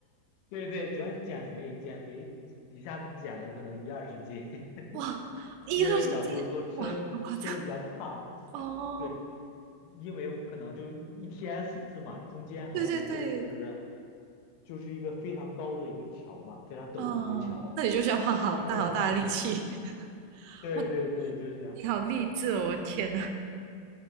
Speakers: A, on the left; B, on the right.
A: 对对，主要是减肥，减肥一下子减了可能一二十斤，<laughs>
B: 哇，一二十斤，
A: 因为小时候吃吃的比较胖，
B: 哇，好夸张，哦，
A: 对，因为我可能就一一天四次嘛，中间还有一个就是
B: 对对对，
A: 就是一个非常高的一个桥嘛，非常陡的一个桥，
B: 啊，那你就需要花好大好大的力气，
A: 就是 <laughs>
B: <laughs>
A: 对对对，
B: 哇，
A: 就是这样，
B: 你好励志哦，我的天呐，